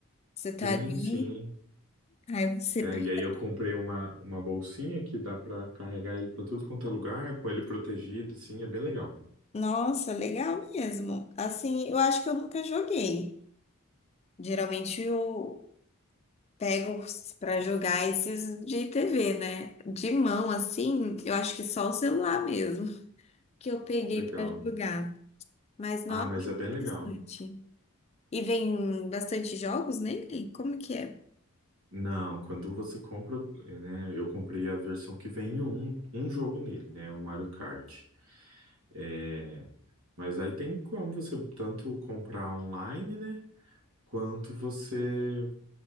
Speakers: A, on the left; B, on the right.
A: Você tá
B: Sim,
A: ali,
B: sim.
A: aí você.
B: É,
A: pega.
B: e aí eu comprei uma, uma bolsinha que dá para carregar ele para tudo quanto é lugar, com ele protegido, sim, é bem legal.
A: Nossa, legal mesmo. Assim, eu acho que eu nunca joguei. Geralmente eu pego para jogar esses de TV, né? De mão, assim, eu acho que só o celular mesmo que eu peguei
B: Legal.
A: para jogar. Mas
B: Ah,
A: nossa,
B: mas
A: interessante.
B: é bem legal.
A: E vem bastante jogos nele? Como que é?
B: Não, quando você compra, né? Eu comprei a versão que vem um, um jogo nele, né? O Mario Kart. É, mas aí tem como você tanto comprar online, né? Quanto você